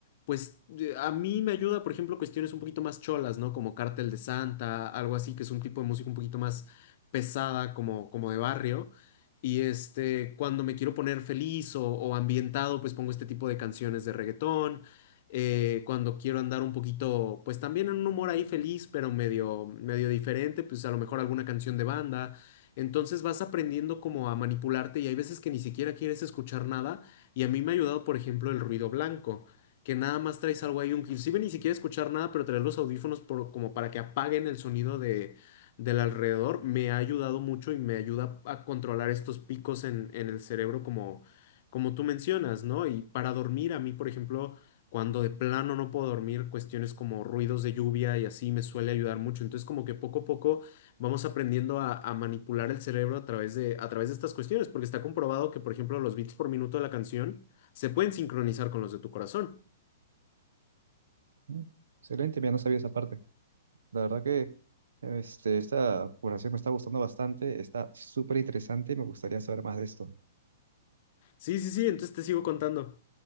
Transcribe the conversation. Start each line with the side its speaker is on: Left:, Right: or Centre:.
Left: pues eh, a mí me ayuda, por ejemplo, cuestiones un poquito más cholas, ¿no? Como Cártel de Santa, algo así, que es un tipo de música un poquito más pesada, como, como de barrio. Y este, cuando me quiero poner feliz o, o ambientado, pues pongo este tipo de canciones de reggaetón eh, cuando quiero andar un poquito, pues también en un humor ahí feliz, pero medio, medio diferente, pues a lo mejor alguna canción de banda. Entonces vas aprendiendo como a manipularte y hay veces que ni siquiera quieres escuchar nada y a mí me ha ayudado, por ejemplo, el ruido blanco, que nada más traes algo ahí, inclusive ni siquiera escuchar nada, pero traer los audífonos por- como para que apaguen el sonido de, del alrededor, me ha ayudado mucho y me ayuda a controlar estos picos en, en el cerebro como, como tú mencionas, ¿no? Y para dormir, a mí, por ejemplo, cuando de plano no puedo dormir, cuestiones como ruidos de lluvia y así me suele ayudar mucho. Entonces, como que poco a poco vamos aprendiendo a, a manipular el cerebro a través de, a través de estas cuestiones, porque está comprobado que, por ejemplo, los beats por minuto de la canción se pueden sincronizar con los de tu corazón.
Right: Mm, Excelente, mira, no sabía esa parte. La verdad que este, esta conversación me está gustando bastante, está súper interesante y me gustaría saber más de esto.
Left: Sí, sí, sí, entonces te sigo contando.